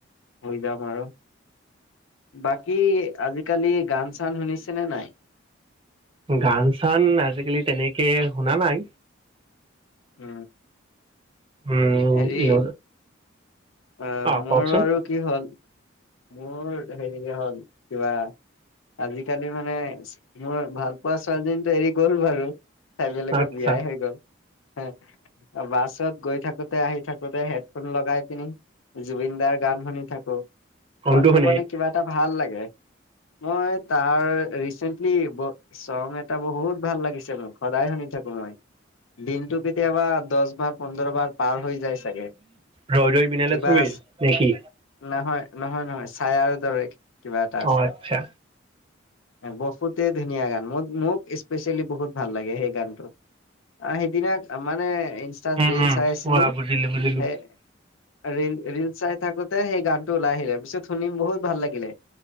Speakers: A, on the left; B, on the right.
A: হৈ যাম আৰু। বাকী আজিকালি গান চান শুনিছেনে নাই।
B: গান চান আজিকালি তেনেকে শুনা নাই।
A: উম।
B: উম
A: হেৰি
B: ন
A: আহ
B: অ
A: মোৰ
B: কওকচোন
A: বাৰু কি হ'ল। মোৰ হেৰি হ'ল কিবা। আজিকালি মানে মোৰ ভাল পোৱা ছোৱালীজনী এৰি গ'ল বাৰু। সাইবলেগত
B: আচ্ছা
A: বিয়াই হৈ গ'ল হ বাছত গৈ থাকো। আহি থাকোতে হেডফোন লগাই পিনি জুবিন দাৰ গান শুনি থাকো।
B: কোনটো
A: মনটো
B: শুনে
A: মানে কিবা এটা ভাল লাগে। মই তাৰ ৰিচেন্টলি চং এটা বহুত ভাল লাগিছে মোক সদায় শুনি থাকো। দিনটো কেতিয়াবা দহ বাৰ পোন্ধৰ বাৰ। পাৰ হৈ যায় চাগে
B: ৰৈ ৰৈ বিনালে
A: কিবা
B: ছবিৰ
A: আছে
B: নেকি
A: নহয় নহয় নহয়। চায়াৰ দৰে কিবা এটা আছে।
B: অ আচ্ছা
A: বহুতে ধুনীয়া গান মোৰ মোক স্পেচিয়েলি বহুত ভাল লাগে সেই গানটো। অ সেইদিনা মানে ইনষ্টা
B: উম
A: ৰিলচ
B: উম
A: ৰিল
B: অ বুজিলো বুজিলো
A: চাই থোতে সেই গানটোৰ ও। পিছত শুনিম বহুত ভাল লাগিলে।